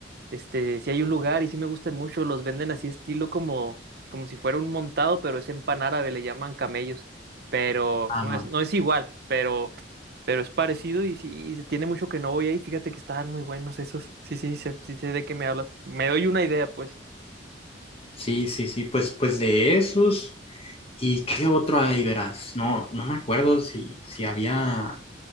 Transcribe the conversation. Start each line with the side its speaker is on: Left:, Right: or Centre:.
Right: este, si hay un lugar y sí me gustan mucho, los venden así estilo como, como si fuera un montado, pero es en pan árabe, le llaman camellos, pero
Left: ajá.
Right: no es, no es igual, pero, pero es parecido y sí, y se tiene mucho que no voy ahí, fíjate que estaban muy buenos esos, sí, sí, sé- sí sé de qué me hablas, me doy una idea, pues.
Left: Sí, sí, sí, pues, pues de esos. ¿Y qué otro hay, verás? No, no me acuerdo si, si había.